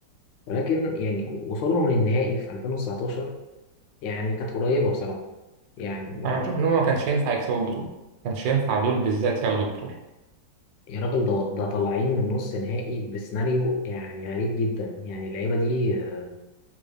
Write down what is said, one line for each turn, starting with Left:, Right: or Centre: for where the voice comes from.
Left: ولكن يعني وصولهم للنهائي في 2019 يعني كانت قريبه بصراحه يعني
Right: انا بشوف ان هم ما كانش ينفع يكسبوا البطولة ما كانش ينفع دول بالذات ياخدوا البطولة
Left: يا راجل ده ده طالعين من نص نهائي بسيناريو يعني غريب جدا يعني اللعيبه دي آه،